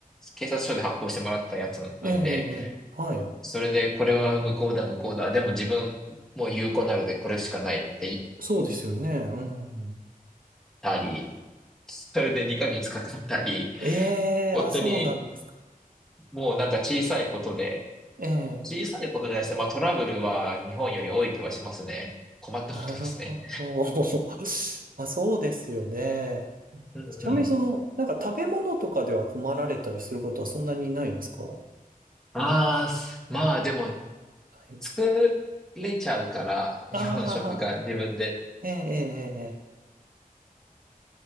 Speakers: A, in the centre; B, on the right (about 70°).
A: 警察署で発行してもらったやつなんで、
B: ええ、ええ、ええはい。
A: それで、これは無効だ、無効だ。でも自分もう有効なのでこれしかないって言っ
B: そうですよね。うん。
A: たり、それで2ヶ月かかったり、
B: ええ、
A: 本当に
B: あ、そうなんですか。
A: もうなんか小さいことで、
B: ええ、
A: 小さいことじゃないですね。まあトラブルは日本より多い気はしますね。困ったことですね。
B: なるほど。<laughs> まあ、そうですよね。
A: うんうん。
B: ちなみにその、なんか食べ物とかでは困られたりすることはそんなにないですかは
A: ああ、すまあでも
B: い
A: 作れちゃうから、日本食が自分で。
B: ああ、ええ、ええ、ええ。